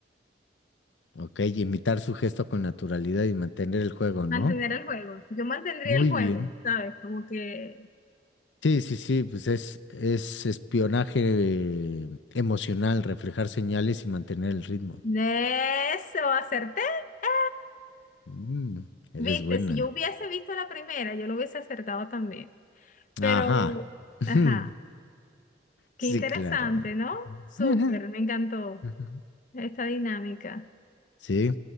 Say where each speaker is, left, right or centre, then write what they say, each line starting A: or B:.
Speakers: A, on the left; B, on the left.
A: Ok, imitar su gesto con naturalidad y mantener el juego,
B: Mantener
A: ¿no?
B: el juego. Yo mantendría
A: Muy
B: el juego,
A: bien.
B: ¿sabes? Como que
A: Sí, sí, sí, pues es, es espionaje eh, emocional, reflejar señales y mantener el ritmo.
B: Eso, acerté. ¡Ah!
A: Mm, eres
B: Viste,
A: buena.
B: si yo hubiese visto la primera, yo lo hubiese acertado también. Pero,
A: Ajá. <laughs>
B: ajá, qué
A: Sí,
B: interesante,
A: claro.
B: ¿no? Súper,
A: Ajá.
B: me encantó
A: Ujú.
B: esta dinámica.
A: Sí,